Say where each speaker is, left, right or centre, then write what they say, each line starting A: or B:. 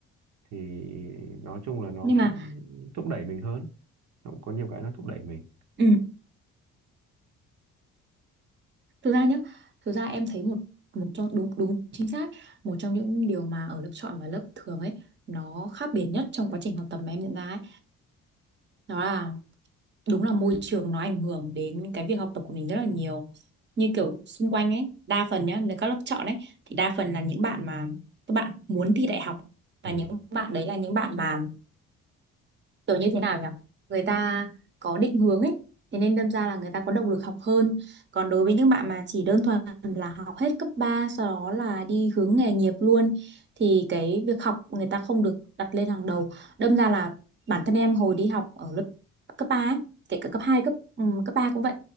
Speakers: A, on the right (about 70°); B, on the right (about 35°).
A: thì nói chung là nó
B: nhưng
A: cũng
B: mà
A: thúc đẩy mình hơn nó cũng có nhiều cái nó thúc đẩy mình
B: ừ thực ra nhá thực ra em thấy một một trong đúng đúng chính xác một trong những điều mà ở lớp chọn và lớp thường ấy nó khác biệt nhất trong quá trình học tập mà em nhận ra ấy đó là đúng là môi trường nó ảnh hưởng đến cái việc học tập của mình rất là nhiều như kiểu xung quanh ấy đa phần nhá nếu các lớp chọn ấy thì đa phần là những bạn mà các bạn muốn thi đại học và
A: ừ
B: những bạn đấy là những bạn mà kiểu như thế nào nhỉ người ta có định hướng ấy thế nên đâm ra là người ta có động lực học hơn còn đối với những bạn mà chỉ đơn thuần là học hết cấp 3 sau đó là đi hướng nghề nghiệp luôn thì cái việc học người ta không được đặt lên hàng đầu đâm ra là bản thân em hồi đi học ở lớp cấp 3 ấy, kể cả cấp hai cấp ừm, cấp 3 cũng vậy